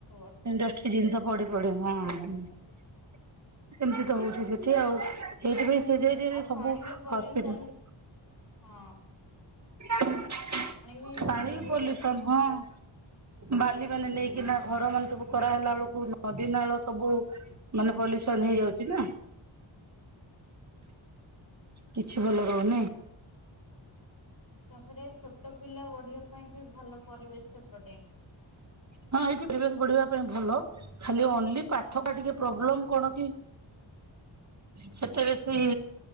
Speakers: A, on the left; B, on the right.
A: ଅଛି।
B: ଇଣ୍ଡଷ୍ଟ୍ରି ଜିନିଷ ପଢି ପଢ଼ି ହଁ ସେମିତି ତ ହଉଛି ସେଠି ଆଉ। ସେଇଥିପାଇଁ ସେ ଯାଇ ଏରିଆ
A: ଆଉ
B: ରେ ସବୁ
A: ପାଣି ବି
B: ହସପିଟାଲ।
A: ପଲ୍ୟୁସନ ହଁ।
B: ପାଣି
A: ବି ଦୂଷିତ
B: ବି
A: ହେଇଯାଉଛି
B: ପଲ୍ୟୁସନ
A: ନା।
B: ହଁ। ବାଲି ମାନେ ନେଇକି ନା ଘର ମାନେ ସବୁ କରାହେଲା ବେଳକୁ ନଦୀ ନାଳ ସବୁ ମାନେ ପଲ୍ୟୁସନ ହେଇଯାଉଛି ନା। କିଛି ଭଲ ରହୁନି।
A: ତାପରେ ଛୋଟ ପିଲା ବଢିବା ପାଇଁ ବି ଭଲ ପରିବେଶ ସେପଟେ।
B: ହଁ, ଏଇଠି ପ୍ରିଭିୟସ୍ ପଢିବା ପାଇଁ ଭଲ ଖାଲି ଓନଲି ପାଠ ଟା ଟିକେ ପ୍ରୋବ୍ଲେମ କଣ କି
A: <inaudible>
B: ସେଥେରେ ସେଇ